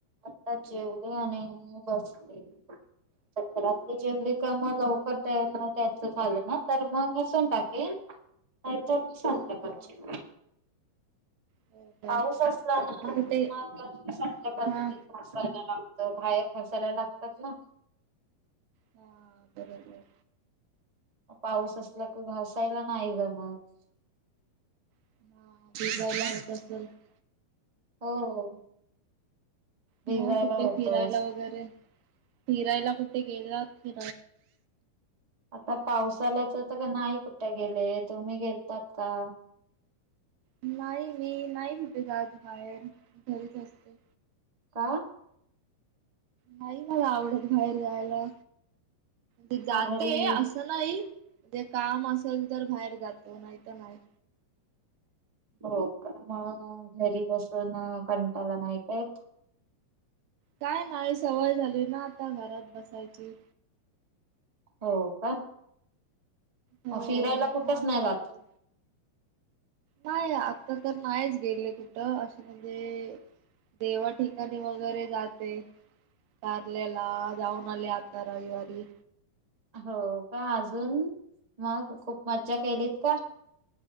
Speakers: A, on the right (about 25°); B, on the right (about 75°).
A: आत्ता जेवले आणि बसले.. आता घरातली जेवली का मग लवकर ते आणि त्यांचं झालं ना तर मग घासून टाकीन.. नाहीतर संध्याकाळची.
B: हा हो काय
A: पाऊस असला ना
B: मग कुठे
A: कि आ संध्याकाळी
B: हा
A: <unintelligible> तर बाहेर बसायला लागतात ना..
B: हा बरोबर..
A: पाऊस असला कि घासायला नाही जमत..
B: <unintelligible>
A: हो... भिजायला
B: मग कुठे
A: होतच
B: फिरायला वगैरे? फिरायला कुठे गेला फि
A: आता पावसाला तर नाही कुठे गेले. तुम्ही गेलतात का?
B: नाही मी नाही कुठे जात बाहेर. घरीच असते.
A: का?
B: नाही मला आवडत बाहेर जायला, मी जाते
A: मग घरी
B: अस चल आई, म्हणजे काम असल तर बाहेर जातो नाही तर नाही.
A: हो का, मग घरी बसून अ कंटाला नाही का येत?
B: काय नाही, सवय झाली ना आता घरात बसायची.
A: हो का,
B: हो
A: मग फिरायला कुठेच
B: मस्त
A: नाही जात?
B: नाही, आता तर नाहीच गेले कुठं अशी म्हणजे देवा ठिकाणी वगैरे जाते. कार्ल्याला जाऊन आले आता रविवारी.
A: हो का, अजून मग खूप मज्जा केलीत का?